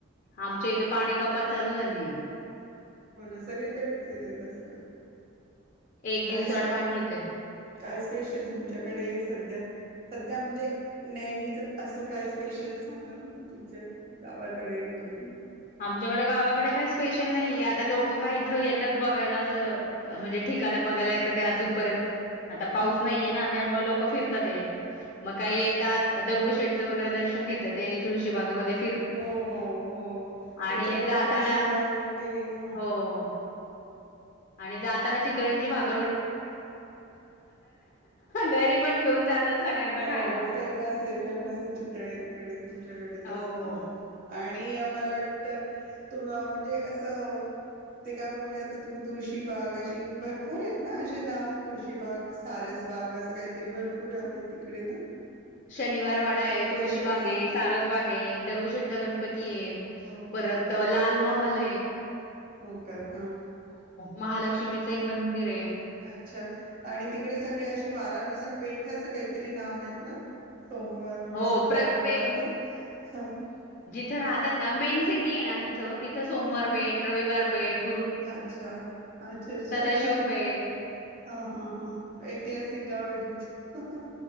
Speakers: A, on the left; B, on the right.
A: आमच्या इथे पाणी कपात चालू झालीय.
B: हो ना सगळीकडेच <inaudible>
A: एक दिवसाआड
B: काय
A: पाणी येतय.
B: काय स्पेशल तुमच्याकडे सध्या सध्या म्हणजे नेहमीच असं काय. स्पेशल सांगा मग तुमच्या गावाकडे वगैरे
A: आमच्याकडे गावाकडे काय स्पेशल नाहीये आता लोक काय इथं येतात बघायला असं म्हणजे ठिकाण बघायला येतं ते अजूनपर्यंत. आता पाऊस
B: हम्म
A: नाहीये
B: हम्म
A: ना त्यामुळे लोक फिरत ते मग काही येतात दगडू शेट. वगैरे दर्शन घेतात ते तुळशी बागेमध्ये.
B: हो हो हो.
A: आणि
B: तुमच्याकडे
A: जाताना
B: तुळशीबाग वगैरे हा.
A: हो <unintelligible> आणि जाताना चितळ्यांची भाका घरी पण घेऊन जातात सगळ्यांना
B: हो
A: खायला
B: फेमस आहे फेमस आहे चितळे आहे तिकडे खूप च्याकडे
A: हो.
B: असत. आणि मला वाटत तुम म्हणजे असं ते काय बोलले आता तुम्ही तुळशी बाग अशी भरपूर आहे ना. नाव तुळशीबाग सारसबाग असं काहीतरी भरपूर आहे तिकडे ना.
A: शनिवार वाडा आहे तुळशी
B: शे
A: बाग
B: हा
A: आहे सारस बाग आहे दगडूशेठचा गणपती आहे.
B: हो हो
A: परत ला लालमहल
B: हो का हा
A: महालक्ष्मीचं एक मंदिर आहे.
B: अच्छा आणि तिकडे सगळी अशी वारानुसार. पेठ असं काहीतरी नाव आहेत ना. सोमवार म्हणजे
A: हो
B: सोमवार
A: प्रत्येक
B: मंगळ-हा
A: तिथं राहतात ना मेन सिटी आहे ना तिथ- तिथं सोमार
B: हम्म हम्म.
A: पेट रविार पेट.
B: अच्छा अच्छा अच्छा
A: सदाशिव पेठ
B: हा हा हा ऐतिहासिक गाव तुमचं हां हां